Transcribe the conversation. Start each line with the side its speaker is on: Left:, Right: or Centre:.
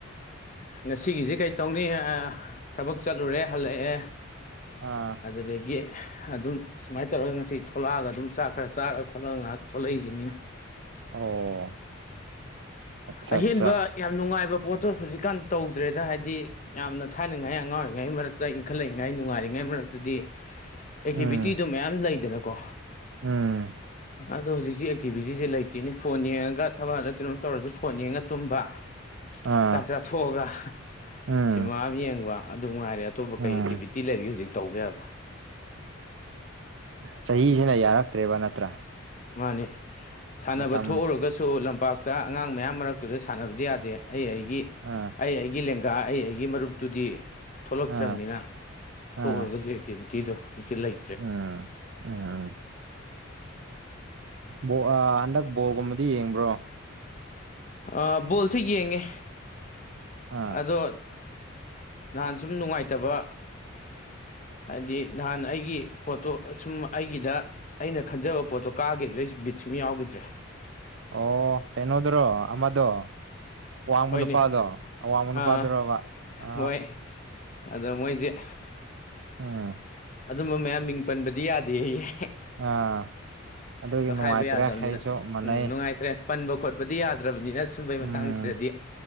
Left: ꯉꯁꯤꯒꯤꯁꯦ ꯀꯩꯇꯧꯅꯤ ꯊꯕꯛ ꯆꯠꯂꯨꯔꯦ ꯍꯜꯂꯛꯑꯦ
Right: ꯑꯥ
Left: ꯑꯗꯨꯗꯒꯤ ꯑꯗꯨꯝ ꯁꯨꯃꯥꯏ ꯇꯧꯔꯒ ꯉꯁꯤ ꯊꯣꯛꯂꯛꯑꯒ ꯑꯗꯨꯝ ꯆꯥꯛ ꯈꯔ ꯆꯥꯔꯒ ꯈꯣꯠꯂꯒ ꯉꯥꯏꯍꯥꯛ ꯊꯣꯛꯂꯛꯏꯁꯤꯅꯤ
Right: ꯑꯣ ꯑꯠꯆꯥ
Left: ꯑꯍꯦꯟꯕ
Right: ꯑꯠꯆꯥ
Left: ꯌꯥꯝ ꯅꯨꯡꯉꯥꯏꯕ ꯄꯣꯠꯇꯣ ꯍꯧꯖꯤꯛꯀꯥꯟ ꯇꯧꯗ꯭ꯔꯦꯗ ꯍꯥꯏꯗꯤ ꯌꯥꯝꯅ ꯊꯥꯏꯅꯉꯥꯏ ꯑꯉꯥꯡ ꯑꯣꯢꯔꯤꯉꯩ ꯃꯔꯛꯇ ꯏꯟꯈꯠꯂꯛꯏꯉꯩ ꯅꯨꯡꯉꯥꯏꯔꯤꯉꯩ ꯃꯔꯛꯇꯗꯤ ꯑꯦꯛꯇꯤꯚꯤꯇꯤꯗꯣ
Right: ꯎꯝ
Left: ꯃꯌꯥꯝ ꯂꯩꯗꯅꯀꯣ
Right: ꯎꯝ
Left: ꯑꯗꯣ ꯍꯧꯖꯤꯛꯁꯤ ꯑꯦꯛꯇꯤꯚꯤꯇꯤꯁꯦ ꯂꯩꯇꯦꯅꯦ ꯐꯣꯟ ꯌꯦꯡꯉꯒ ꯊꯕꯛ ꯍꯜꯂꯛꯑꯒ ꯀꯩꯅꯣꯝ ꯇꯧꯔꯁꯨ ꯐꯣꯟ ꯌꯦꯡꯉ ꯇꯨꯝꯕ
Right: ꯑꯥ
Left: ꯆꯥꯛ ꯆꯥꯊꯣꯛꯑꯒ
Right: ꯎꯝ
Left: ꯁꯤꯃ ꯌꯦꯡꯕ ꯑꯗꯨ ꯉꯥꯏꯔꯦ ꯑꯇꯣꯞꯄ
Right: ꯎꯝ
Left: ꯀꯩ ꯑꯦꯛꯇꯤꯚꯤꯇꯤ ꯂꯩꯔꯤꯒꯦ ꯍꯧꯖꯤꯛ ꯇꯧꯕ ꯌꯥꯕ
Right: ꯆꯍꯤꯁꯤꯅ ꯌꯥꯔꯛꯇ꯭ꯔꯦꯕ ꯅꯠꯇ꯭ꯔꯥ
Left: ꯃꯥꯟꯅꯦ ꯁꯥꯟꯅꯕ
Right: ꯃꯇꯝ
Left: ꯊꯣꯛꯎꯔꯒꯁꯨ ꯂꯝꯄꯥꯛ ꯇ ꯑꯉꯥꯡ ꯃꯌꯥꯝ ꯃꯔꯛꯇꯨꯗ ꯁꯥꯟꯅꯕꯗꯤ ꯌꯥꯗꯦ ꯑꯩ ꯑꯩꯒꯤ
Right: ꯑꯥ
Left: ꯑꯩ ꯑꯩꯒꯤ ꯂꯦꯡꯒꯥ ꯑꯩ ꯑꯩꯒꯤ ꯃꯔꯨꯞꯇꯨꯗꯤ ꯊꯣꯛꯂꯛꯇ꯭ꯔꯕꯅꯤꯅ
Right: ꯑꯥ
Left: ꯊꯣꯛꯎꯔꯒꯁꯨ
Right: ꯑꯥ
Left: ꯑꯦꯛꯇꯤꯚꯤꯇꯤꯗꯣ ꯍꯧꯖꯤꯛꯇꯤ ꯂꯩ
Right: ꯎꯝ ꯎꯝ ꯎꯝ ꯑꯗ <inaudible> ꯕꯣꯜ ꯒꯨꯝꯕꯗꯤ ꯌꯦꯡꯕ꯭ꯔꯣ
Left: ꯑ ꯕꯪꯜꯁꯤ ꯌꯦꯡꯉꯦ
Right: ꯑꯥ
Left: ꯑꯗꯣ ꯅꯍꯥꯟ ꯁꯨꯝ ꯅꯨꯡꯉꯥꯏꯇꯕ ꯍꯥꯏꯗꯤ ꯅꯍꯥꯟ ꯑꯩꯒꯤ ꯄꯣꯇꯣ ꯁꯨꯝ ꯑꯩꯒꯤꯗ ꯑꯩꯅ ꯈꯟꯖꯕ ꯄꯣꯠꯇꯣ ꯀꯥꯈꯤꯕꯗꯩꯁꯨ ꯕꯤꯠ ꯁꯨꯝ ꯌꯥꯎꯈꯤꯗ꯭ꯔꯦ
Right: ꯑꯣ ꯀꯩꯅꯣꯗ꯭ꯔꯣ ꯑꯃꯃꯗꯣ ꯋꯥꯃꯅ
Left: ꯍꯣꯏꯅꯦ
Right: ꯄꯥꯗꯣ ꯋꯥꯃꯅ
Left: ꯑꯥ
Right: ꯄꯗꯨ ꯔꯣꯕ ꯑ
Left: ꯍꯣꯏ ꯑꯗꯣ ꯃꯣꯏꯁꯦ
Right: ꯑꯣ
Left: ꯑꯗꯨꯝꯕ ꯃꯌꯥꯝ ꯃꯤꯡ ꯄꯟꯕꯗꯤ ꯌꯥꯗꯦꯍꯦ ꯍꯦ
Right: ꯑꯥ ꯑꯗꯨꯒꯤ
Left: ꯍꯦ
Right: ꯅꯨꯡꯉꯥꯏꯇ꯭ꯔꯦ
Left: ꯍꯥꯏꯕ ꯌꯥꯗꯕꯅꯤꯅ
Right: ꯑꯩꯁꯨ ꯃꯥꯟꯅꯩ
Left: ꯎꯝ ꯅꯨꯡꯉꯥꯏꯇ꯭ꯔꯦ ꯄꯟꯕ ꯈꯣꯠꯄꯗꯤ ꯌꯥꯗ꯭ꯔꯕꯅꯤꯅ ꯁꯨꯝꯕꯩ ꯃꯇꯥꯡꯁꯤꯗꯗꯤ
Right: ꯎꯝ